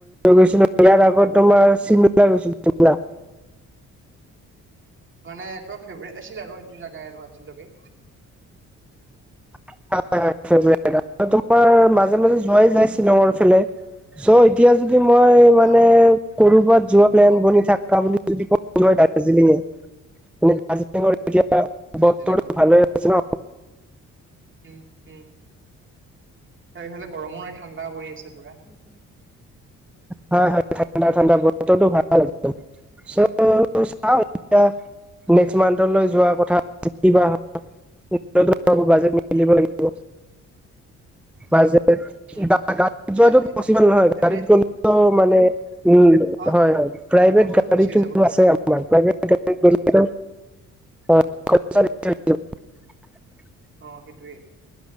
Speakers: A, in the centre; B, on the right (about 40°).
A: গৈছিলোঁ, ইয়াৰ আগত তোমাৰ চিমলা গৈছিলি চিমলা <inaudible>
B: মানে ত ফেভাৰট আছিল আৰু সেইটো জোগাই আৰু আজিলকে।
A: <unintelligible> তোমাৰ মাজে মাজে যোৱাই যায় শ্বিলঙৰ ফালে। চ এতিয়া যদি মই মানে
B: অ
A: কৰোবাত যোৱা প্লেনিং বনি থাকা বুলি যদি কই মই দাৰ্জিলিঙে ম দাৰ্জিলিঙৰ এতিয়া
B: দাৰ্জিলিঙৰ
A: বতৰটো ভাল আছে ন?
B: উম, উম। তাৰফালে গৰমো নাই ঠাণ্ডা পৰি আছে পুৰা।
A: হয়, হয়, ঠাণ্ডা, ঠাণ্ডা, বতৰতো ভাল আছে, চ' চাওঁ
B: উম,
A: এতিয়া,
B: উম,
A: নেক্স মান্থলৈ যোৱা কথা। কিবা হয়, <unintelligible> বাজেট মিলিব
B: উম,
A: লাগিব। বাজেট,
B: উম,
A: গাড়ীত যোৱাটো
B: এনে
A: পচিবল নহয়,
B: এনে
A: গাড়ীত গ'লেটো মানে উম,
B: অ
A: হয়, হয়, প্ৰাইভেট
B: খৰচাটো
A: গাড়ীটো
B: বেছি হৈ যাব তোমাৰ
A: আছে আমাৰ, প্ৰাইভেট গাড়ী গ হয় <unintelligible>
B: অ', সেইটোৱেই।